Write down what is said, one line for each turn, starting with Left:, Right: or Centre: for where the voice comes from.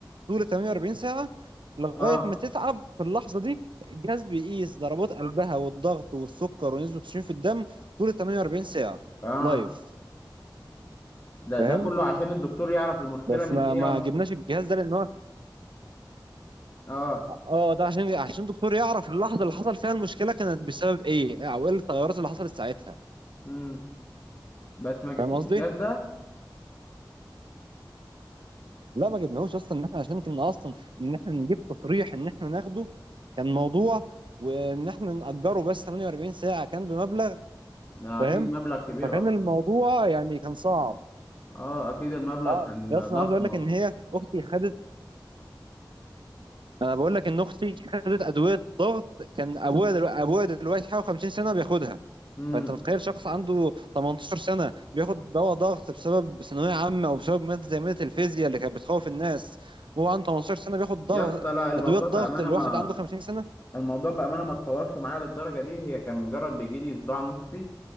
Right: طول 48 ساعه لغايه
Left: اه
Right: ما تتعب في اللحظه دي الجهاز بيقيس ضربات قلبها والضغط والسكر ونسبه الاكسجين في الدم طول 48 ساعه
Left: اه
Right: لايف
Left: ده
Right: فاهم
Left: ده كله عشان الدكتور يعرف المشكله
Right: بس
Left: من
Right: ما
Left: ايه
Right: ما
Left: او الم...
Right: جبناش الجهاز ده لان هو
Left: اه
Right: اه ده عشان عشان الدكتور يعرف اللحظه اللي حصل فيها المشكله كانت بسبب ايه او ايه التغيرات اللي حصلت ساعتها
Left: امم بس ما جبتوش
Right: فاهم قصدي
Left: الجهاز ده
Right: لا ما جبناهوش اصلا ان احنا عشان كنا اصلا ان احنا نجيب تصريح ان احنا ناخده كان موضوع وان احنا نأجره بس 48 ساعه كان بمبلغ
Left: ده
Right: فاهم
Left: اكيد مبلغ كبير
Right: فكان
Left: اصلا
Right: الموضوع يعني كان صعب
Left: اه اكيد المبلغ
Right: اه
Left: كان
Right: يا اصلا
Left: ضخم
Right: عايز اقول لك
Left: اصلا
Right: ان هي اختي خدت انا بقول لك ان اختي خدت ادويه ضغط كان ابويا دلوقتي ابويا دلوقتي حوالي 50 سنه بياخدها
Left: امم
Right: فانت متخيل شخص عنده 18 سنه بياخد دواء ضغط بسبب ثانويه عامه او بسبب ماده زي ماده الفيزياء اللي كانت بتخوف الناس وهو عنده 18 سنه بياخد ضغط
Left: يا اسطى لا الموضوع
Right: ادويه ضغط
Left: بامانه
Right: الواحد
Left: ما
Right: عنده 50 سنه
Left: الموضوع بامانه ما اتطورش معايا للدرجه دي هي كان مجرد بيجي لي صداع نصفي